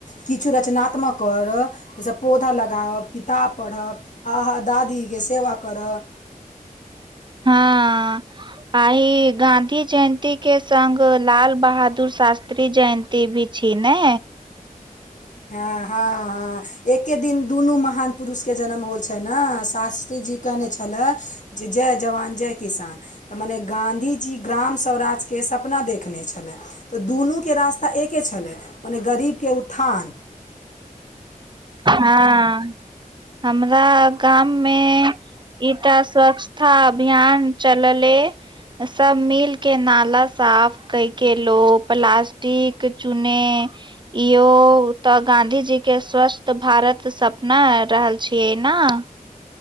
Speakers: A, on the left; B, on the right.
A: किछु रचनात्मक कर जहिसँ पौधा लगायब किताब पढ़ब आ अहाँ दादीके सेवा कर
B: हँ आइ गाँधी जयन्ती के संग लाल बहादुर शास्त्री जयन्ती टी भी छै ने
A: हँ हँहँ हँ एके दिन दुनू महान पुरुषके जन्म होल छै न शास्त्री जी कहने छलै जय जवान जय किसान तऽ मने गाँधी जी ग्राम स्वराजके सब अपना देखने छलै तऽ दुनूके रास्ता एके छलै मने गरीबके उत्थान
B: हँ हमरा गाममे ई तऽ स्वच्था अभियान चलले सब मिल के नाला साफ कै के लो प्लास्टिक चूने इोयो तऽ गाँंधी जी के स्वस्स तऽ भारत सपना रहल छियै न